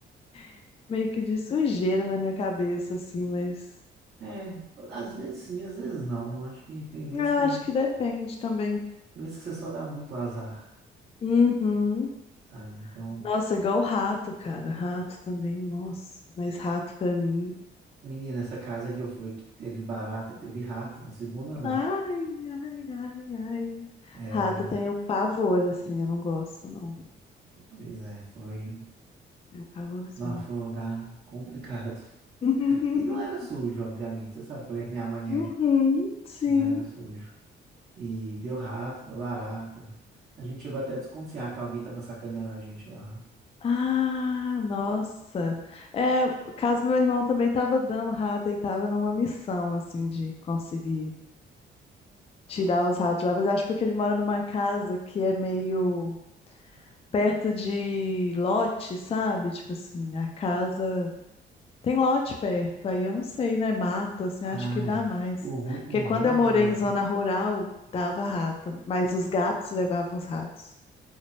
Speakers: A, on the left; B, on the right.
A: <laughs> meio que de sujeira na minha cabeça, assim, mas
B: É, às vezes sim, às vezes não. Acho que tem vezes
A: eu
B: que
A: acho que depende também.
B: tem vezes que você só dá muito azar,
A: Uhum.
B: sabe? Então
A: Nossa, igual rato, cara. Rato também, nossa. Mas rato pra mim.
B: Menina, essa casa que eu fui, que teve barata, teve rato no segundo andar.
A: Ai, ai, ai, ai.
B: É,
A: Rato
B: eu já.
A: tem um pavor, assim, eu não gosto, não.
B: Pois é, foi.
A: Tem um pavorzinho.
B: Nossa, foi um lugar complicado.
A: <laughs>
B: E não era sujo, obviamente. Você sabe como é que minha mãe
A: Uhum,
B: é.
A: sim.
B: Não era sujo. E deu rato, deu barata. A gente chegou até a desconfiar que alguém tava sacaneando a gente lá.
A: Ah, nossa. É, o caso do meu irmão também tava dando rato e tava numa missão, assim, de conseguir tirar os ratos lá. Mas acho porque ele mora numa casa que é meio. perto de lote, sabe? Tipo assim, a casa tem lote perto, aí eu não sei, né? Mato, assim,
B: Ah,
A: acho que dá
B: é.
A: mais.
B: O ruim,
A: Porque
B: o
A: quando
B: ruim
A: eu
B: de
A: morei
B: morar.
A: em zona rural, dava rato, mas os gatos levavam os ratos.